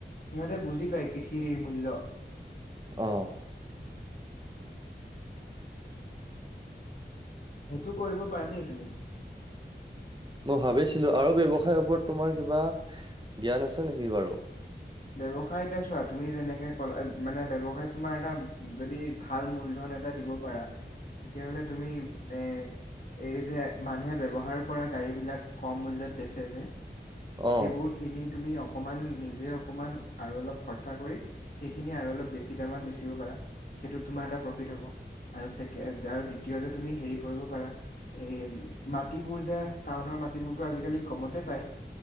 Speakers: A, on the left; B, on the right.
A: সিহঁতে বুজি পায় কৃষিৰ মূল্য।
B: অ'।
A: সেইটো কৰিব পাৰা দেই তুমি।
B: মই ভাবিছিলো আৰু ব্যৱসায়ৰ ওপৰত তোমাৰ কিবা জ্ঞান আছে নিকি বাৰু?
A: ব্যৱসায় এতিয়া চোৱা! তুমি যেনেকে ক'লা মানে ব্যৱসায় তোমাৰ এটা যদি ভাল মূলধন এটা দিব পাৰা।
B: <inaudible>
A: তেতিয়াহলে তুমি এ এই যে মানুহে ব্যৱহাৰ কৰা গাড়ীবিলাক কম মূল্যত বেচে যে
B: অ
A: সেইবোৰ কিনি তুমি অকমান নিজে অকমান আৰু অলপ খৰচা কৰি সেইখিনি আৰু অলপ বেছি দামত বেচিব পাৰা। সেইটো তোমাৰ এটা প্ৰফিট হ'ব। আৰু- আৰু দ্বিতীয়তে তুমি হেৰি কৰিব পাৰা এই মাটিবোৰ যে টাউনৰ মাটিবোৰতো আজিকালি কমতে পায়।